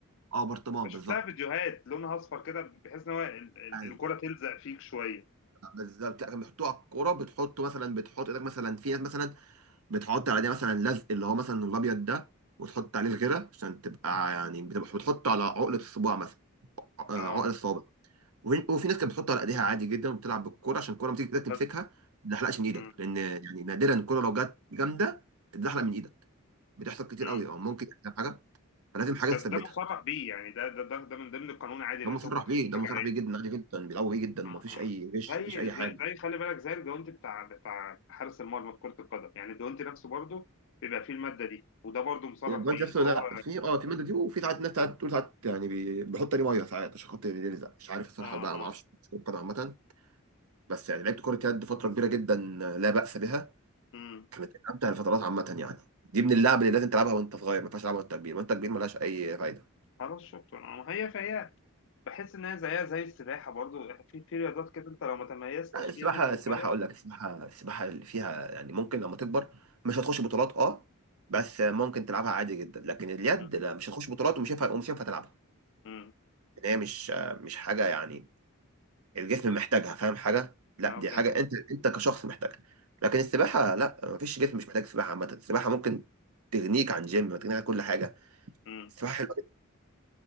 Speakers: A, on the right (about 85°); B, on the left (about 60°).
A: اه برطمان
B: بشوف
A: بالظبط
B: لها فيديوهات لونها أصفر كده بحيث إن هو ال- ال-
A: أيوة،
B: الكرة تلزق فيك شوية
A: بالظبط لا كان بيحطوه على الكوره بتحطه مثلا بتحط ايدك مثلا في ناس مثلا بتحط على ده مثلا لزق اللي هو مثلا الابيض ده وتحط عليه الغيره عشان تبقى يعني بتبقى بتحطه على عقله الصباع مثلا آه،
B: اه
A: عقل الصوابع وفي وفي ناس كانت بتحط على ايديها عادي جدا وبتلعب بالكوره عشان الكوره لما تيجي ايدك تمسكها
B: بس
A: ما تتزحلقش من ايدك
B: مم.
A: لان يعني نادرا الكوره لو جت جامده تتزحلق من ايدك بتحصل كتير
B: مم.
A: قوي او ممكن يحصل حاجه فلازم حاجه
B: بس
A: تثبتها
B: ده مسرح بيه يعني ده ده ده, ده من ضمن القانون عادي إن
A: ده مصرح
B: أنت ممكن تحط
A: بيه
B: حاجة
A: ده مصرح
B: عليه
A: بيه جدا عادي جدا بيلعبوا بيه جدا
B: آه.
A: ومفيش اي غش
B: زي
A: مفيش اي حاجه
B: زي زي خلي بالك زي الجوانتي بتاع بتاع حارس المرمى في كرة القدم يعني الجوانتي نفسه برضه بيبقى فيه المادة دي وده برضه مصرح
A: الجوانت
B: بيه
A: نفسه
B: إن
A: لا
B: هو
A: في اه في ماده دي وفي ساعات ناس ساعات بتقول ساعات يعني بي- بيحط عليه ميه ساعات عشان خاطر يلزق مش عارف الصراحه
B: اه
A: بقى
B: اه
A: ما اعرفش القدم عامه بس يعني لعبت كره يد فتره كبيره جدا لا باس بها
B: مم.
A: كانت من امتع الفترات عامه يعني دي من اللعب اللي لازم تلعبها وانت صغير ما ينفعش تلعبها وانت كبير وانت كبير ملهاش اي فايده
B: خلاص شكرا آه، هي فهي بحس ان هي زيها زي السباحه برضو يعني في في رياضات كده انت لو ما تميزتش
A: لا، السباحه
B: فيها وانت
A: السباحه
B: صغير
A: اقول لك السباحه السباحه اللي فيها يعني ممكن لما تكبر مش هتخش بطولات اه بس ممكن تلعبها عادي جدا لكن اليد
B: مم.
A: لا مش هتخش بطولات ومش هينفع ومش هينفع تلعبها
B: مم.
A: ان هي مش مش حاجه يعني الجسم محتاجها فاهم حاجه لا
B: اه
A: دي
B: فهمت
A: حاجه انت انت كشخص محتاجها لكن السباحه لا مفيش جسم مش محتاج سباحه عامه السباحه ممكن تغنيك عن جيم تغنيك عن كل حاجه
B: مم.
A: السباحه حلوه